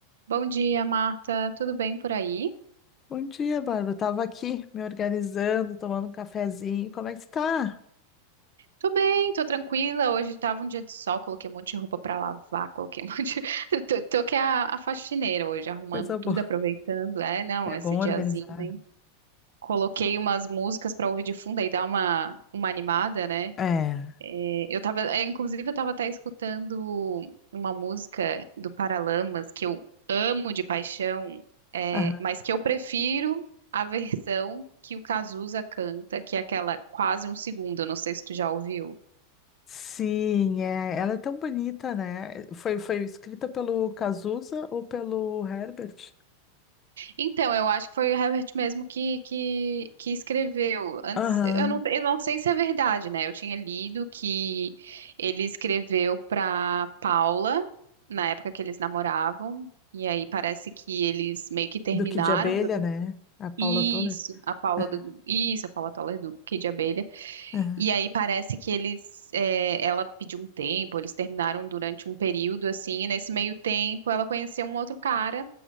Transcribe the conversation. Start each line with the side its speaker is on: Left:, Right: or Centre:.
Right: Bom dia, Marta. Tudo bem por aí?
Left: Bom dia, Bárbara. Tava aqui me organizando, tomando um cafezinho. Como é que tu tá?
Right: Tô bem, tô tranquila. Hoje tava um dia de sol, coloquei um monte de roupa pra lavar, <laughs> coloquei um monte de... <laughs> Tô, tô que é a, a faxineira hoje, arrumando
Left: Coisa boa.
Right: tudo, aproveitando. É, não,
Left: É
Right: esse
Left: bom
Right: diazinho,
Left: organizar,
Right: hein?
Left: né?
Right: Coloquei umas músicas pra ouvir de fundo e dar uma, uma animada, né?
Left: É. É.
Right: É, Eu tava, é, inclusive, eu tava até escutando uma música do Paralamas que eu amo de paixão, é,
Left: Aham.
Right: mas que eu prefiro a versão que o Cazuza canta, que é aquela quase um segundo. Eu não sei se tu já ouviu.
Left: Sim, é. Ela é tão bonita, né? Foi, foi escrita pelo Cazuza ou pelo Herbert?
Right: Então, eu acho que foi o Herbert mesmo que, que, que escreveu. Antes,
Left: Aham.
Right: eu não, eu não sei se é verdade, né? Eu tinha lido que ele escreveu para Paula na época que eles namoravam, e aí parece que eles meio que terminaram.
Left: Duque de Abelha,
Right: durante-
Left: né? A Paula
Right: Isso,
Left: Toller.
Right: a Paula
Left: É.
Right: do, isso, a Paula Toller do Kid Abelha.
Left: Aham.
Right: E aí parece que eles, é, ela pediu um tempo, eles terminaram durante um período assim, e nesse meio tempo ela conheceu um outro cara,